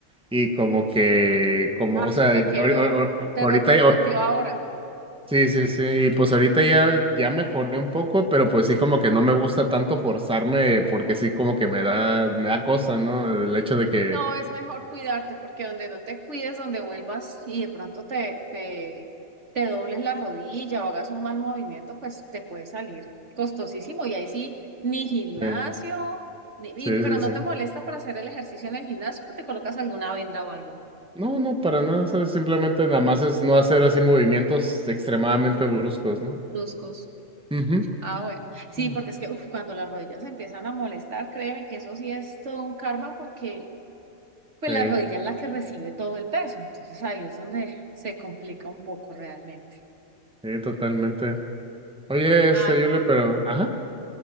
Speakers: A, in the centre; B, on the right.
A: Y como que, como,
B: Ah,
A: o sea,
B: te
A: ahori-
B: quedó,
A: ahor-
B: te
A: ahorita,
B: repercutió ahora.
A: Sí, sí, sí, y pues ahorita ya, ya mejoré un poco, pero pues sí como que no me gusta tanto forzarme porque sí como que me da, me da cosa, ¿no? El hecho de que...
B: No, es mejor cuidarte porque donde no te cuides, donde vuelvas y de pronto te, te, te dobles la rodilla o hagas un mal movimiento, pues te puede salir costosísimo. Y ahí sí, ni gimnasio,
A: Sí,
B: ni, y-
A: sí,
B: pero no
A: sí. sí.
B: te molesta para hacer el ejercicio en el gimnasio, te colocas alguna venda o algo,
A: No, no, para nada, o sea, simplemente nada más es no hacer así movimientos extremadamente bruscos, ¿no?
B: bruscos.
A: Ujú.
B: Ah, bueno. Sí,
A: Mm.
B: porque es que uf, cuando las rodillas empiezan a molestar, créeme que eso sí es todo un karma porque pues
A: Sí,
B: la rodilla es la que recibe todo el peso. Entonces ahí es donde se complica un poco realmente.
A: sí, totalmente. Oye,
B: Ay,
A: este, yo le, pero, ajá,